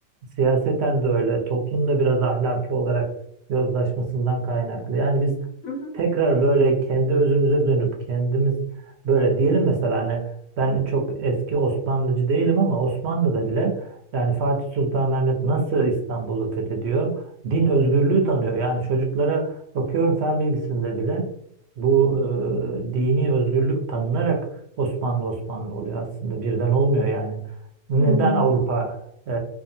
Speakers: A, on the right; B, on the left.
A: siyaseten de öyle, toplum da biraz ahlaki olarak yozlaşmasından kaynaklı. Yani biz
B: Hı hı.
A: tekrar böyle kendi özümüze dönüp kendimiz böyle diyelim mesela hani ben çok eski Osmanlıcı değilim ama Osmanlı'da bile yani Fatih Sultan Mehmet nasıl İstanbul'u fethediyor? Din özgürlüğü tanıyor. Yani çocuklara bakıyorum fen bilgisinde bile bu e, dini özgürlük tanınarak Osmanlı Osmanlı oluyor aslında. Birden olmuyor yani. Neden
B: Hmm.
A: Avrupa e,